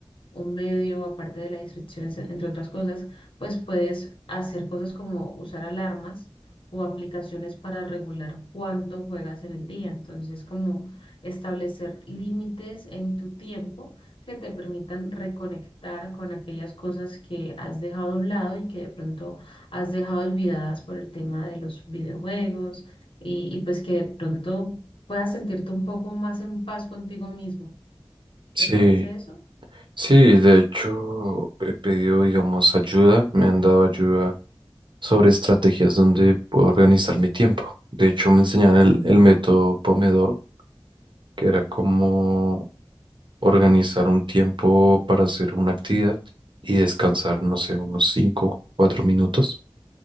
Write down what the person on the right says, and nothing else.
Sí,
sí, de hecho he pedido, digamos, ayuda, me han dado ayuda sobre estrategias donde puedo organizar mi tiempo. De hecho, me enseñaron el, el método Pomodoro, que era como organizar un tiempo para hacer una actividad y descansar, no sé, unos 5, 4 minutos.